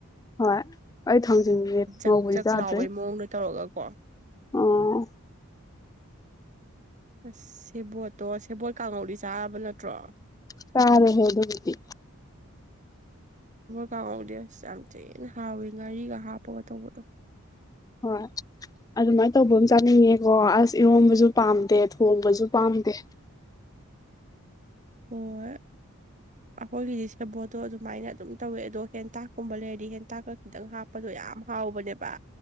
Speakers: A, on the left; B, on the right.
A: ꯍꯣꯏ ꯑꯩ ꯊꯥꯡꯖꯤꯡꯁꯦ
B: ꯖꯛ
A: ꯉꯧꯕꯗꯤ
B: ꯖꯛ
A: ꯆꯥꯗ꯭ꯔꯤ
B: ꯂꯥꯎꯕꯩ ꯃꯑꯣꯡꯗ ꯇꯧꯔꯒꯀꯣ
A: ꯑꯣ
B: ꯑꯁ ꯁꯦꯕꯣꯠꯇꯣ ꯁꯦꯕꯣꯠ ꯀꯥꯡꯉꯧꯗꯤ ꯆꯥꯔꯕ ꯅꯠꯇ꯭ꯔꯣ
A: ꯆꯥꯔꯦ ꯍꯦ ꯑꯗꯨꯕꯨꯗꯤ
B: ꯀꯥꯎꯍꯧꯗꯦ ꯑꯁ ꯌꯥꯝ ꯊꯤꯅ ꯍꯥꯎꯋꯤ ꯉꯥꯔꯤꯒ ꯍꯥꯞꯄꯒ ꯇꯧꯕꯗꯣ
A: ꯍꯣꯏ ꯑꯗꯨꯃꯥꯏꯅ ꯇꯧꯕ ꯑꯃ ꯆꯥꯅꯤꯡꯉꯦꯀꯣ ꯑꯁ ꯏꯔꯣꯝꯕꯁꯨ ꯄꯥꯝꯗꯦ ꯊꯣꯡꯕꯁꯨ ꯄꯥꯝꯗꯦ
B: ꯑꯣ ꯑꯩꯈꯣꯏꯒꯤꯗꯤ ꯁꯦꯕꯣꯠꯇꯣ ꯑꯗꯨꯃꯥꯏꯅ ꯑꯗꯨꯝ ꯇꯧꯋꯦ ꯑꯗꯣ ꯍꯦꯟꯇꯥꯛꯀꯨꯝꯕ ꯂꯩꯔꯗꯤ ꯍꯦꯟꯇꯥꯛꯀ ꯈꯤꯇꯪ ꯍꯥꯞꯄꯗꯣ ꯌꯥꯝ ꯍꯥꯎꯕꯅꯦꯕ